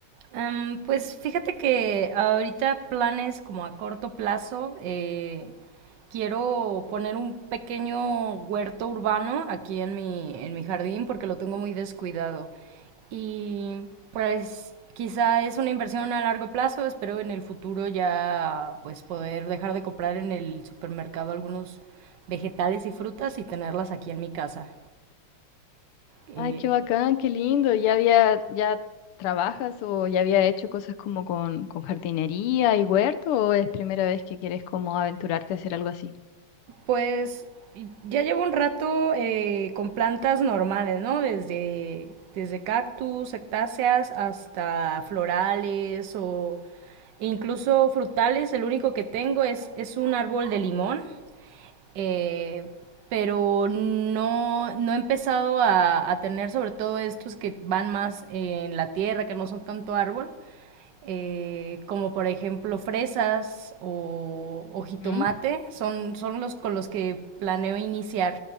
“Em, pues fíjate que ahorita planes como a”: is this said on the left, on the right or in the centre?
Right